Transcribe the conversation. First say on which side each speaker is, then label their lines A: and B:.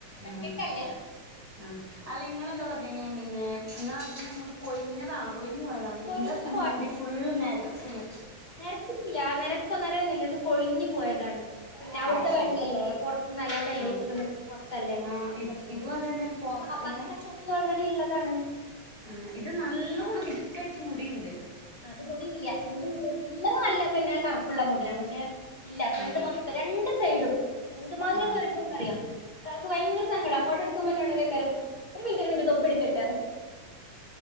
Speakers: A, on the left; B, on the right.
A: ഒറ്റക്കല്ലേ
B: ആഹ് ആഹ് അല്ല നിങ്ങെളന്താ പറഞ്ഞിനി പിന്നെ നിങ്ങള ഹസ്ബന്റെ മുടി കൊഴിഞ്ഞതാണോ? കൊഴ്ഞ്ഞു പോയതാണ്
A: കൊഴിഞ്ഞു
B: ഇന്റെ ഹസ്ബന്റിന്റെ മുടി ഫുൾ നരച്ചിണ്
A: നെരച്ചിട്ടില്ല നെരക്കൊ നെരയൊന്നില്ല ഇത് കൊഴിഞ്ഞ് പോയതാണ് പിന്നെ അവിടുത്തെ
B: ആഹ് ശരി
A: വെള്ളല്ലേ പുറത്ത്ന്ന് അലൗടല്ലെ
B: ആഹ്
A: പൊറത്തല്ലേ
B: ആഹ് ഇത്
A: അതൊക്ക
B: ഇതും അതന്നെ പൊറത്ത്
A: ന്റെ വാപ്പാക്ക്
B: ഇങ്ങനെ
A: കഷണ്ടി ഓൾറെഡി ള്ളതാണ്.
B: ആഹ് ഇത് നല്ലോണ്ണം തിക്കായ്റ്റ് മുടിയുണ്ട്.
A: അത് മുടി ഇല്ല മുടി ഇല്ലത ഇല്ലത് പിന്നെ കറുപ്പുള്ള മുടിയാണ് പക്ഷെ ഇല്ല ഫ്രണ്ട്
B: ഉം
A: മൊ. രണ്ട് സൈഡും എന്ത്
B: ആഹ്
A: ന്നറിയോ ഒരാൾക്ക് ഭയങ്കര സങ്കട ഫോട്ടോ എടുക്കുമ്പോ ഓ ന്നോട് പറേക്കാരം ഒരു മിനിറ്റ് ഒരു മിന്റ്റ്റ് തൊപ്പി എടുക്കട്ടെ പറിം